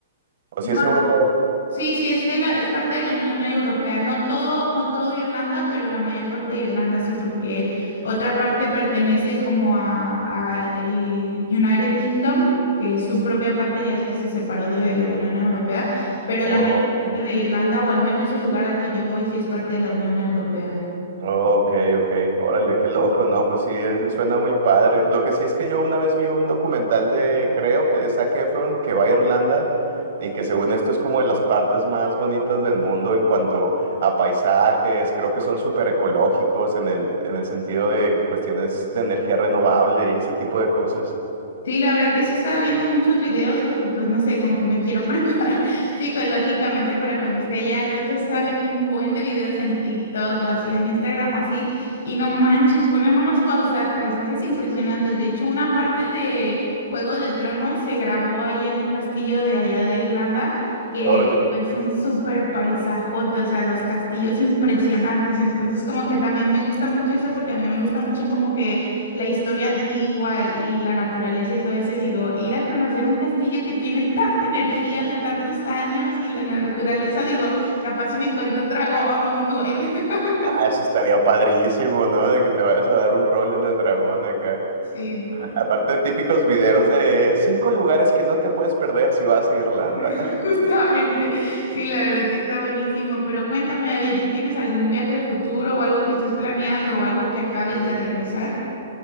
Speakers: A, on the right; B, on the left.
A: o
B: No,
A: si es europeo.
B: sí, sí es de la, es parte de la Unión Europea. No todo, no todo Irlanda, pero la mayor parte de Irlanda sí, porque otra parte pertenece como a, a el United Kingdom, que es su propia parte, ya es que se separó de la Unión Europea, pero
A: No,
B: la mayor
A: ok.
B: parte de Irlanda, o al menos el lugar al que yo voy, sí es parte de la Unión Europea.
A: Ok, ok, órale, qué loco, no, pues sí, es- suena muy padre. Lo que sí es que yo una vez vi un documental de, creo que de Zac Efron, que va a Irlanda y que según esto es como de las partes más bonitas del mundo en cuanto a paisajes, creo que son súper ecológicos en el, en el sentido de cuestiones de energía renovable y ese tipo de cosas.
B: Sí, la verdad que sí estaba viendo muchos videos porque pues no sé, como que me quiero <laughs> preparar psicológicamente para cuando esté allá, entonces estaba viendo un buen de videos en TikTok o así, en Instagram o así, y no manches, ponen unos pausa- paisajes impresionantes, de hecho una parte de Juego de Tronos se grabó ahí en un castillo de allá de Irlanda, que
A: Órale,
B: es un súper paisajote, o sea, los castillos impresionantes, entonces como que también me gusta mucho eso porque a mí me gusta mucho como que la historia antigua y la naturaleza y todo eso, y digo, ir a conocer un castillo que tiene tanta energía de tantos años y la naturaleza, digo, capaz si me encuentro un dragón o un duende <laughs> o algo
A: ah,
B: así,
A: eso estaría padrísimo, ¿no? De que te vayas a dar un rol en el dragón acá.
B: Sí, no
A: <laughs>
B: manches.
A: Aparte, típicos videos de cinco lugares que no te puedes perder si vas a Irlanda.
B: <laughs> Justamente, sí, la verdad es que está buenísimo, pero cuéntame, oye, ¿tú tienes algún viaje futuro o algo que estés planeando o algo que acabes de regresar?